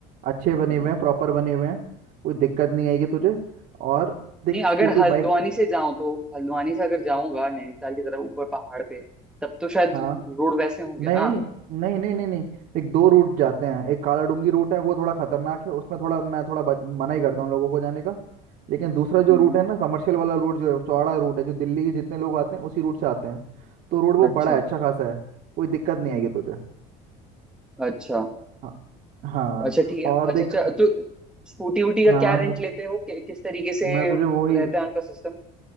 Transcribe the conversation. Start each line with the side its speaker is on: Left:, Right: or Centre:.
Right: अच्छे बने
Centre: हम्म।
Right: हुए हैं प्रॉपर बने हुए हैं कोई दिक्कत नहीं आएगी तुझे और देख
Centre: नहीं अगर
Right: स्कूटी
Centre: हल्द्वानी
Right: बाइक
Centre: से जाऊं तो हल्द्वानी से अगर जाऊंगा नैनीताल की तरफ ऊपर पहाड़ पे तब तो शायद
Right: हाँ
Centre: रोड वैसे होंगे
Right: नहीं
Centre: ना
Right: नहीं नहीं नहीं नहीं एक दो रूट जाते हैं एक काला डूंगी रूट है वो थोड़ा खतरनाक है उसमें थोड़ा मैं थोड़ा बच, मना ही करता हूँ लोगों को जाने का लेकिन दूसरा जो
Centre: हम्म
Right: रूट है ना कमर्शियल वाला रूट जो है चौड़ा रूट है जो दिल्ली के जितने लोग आते हैं उसी रूट से आते हैं तो रोड वो
Centre: अच्छा
Right: बड़ा है अच्छा खासा है कोई दिक्कत नहीं
Centre: हम्म
Right: आएगी तुझे
Centre: अच्छा
Right: हाँ हाँ
Centre: अच्छा ठीक
Right: और
Centre: है
Right: देख
Centre: अच्छा अच्छा तो स्कूटी वूटी का
Right: हाँ हाँ
Centre: क्या रेंट
Right: वो-
Centre: लेते हो कि, किस तरीके से
Right: मैं तुझे वही
Centre: रहता है उनका सिस्टम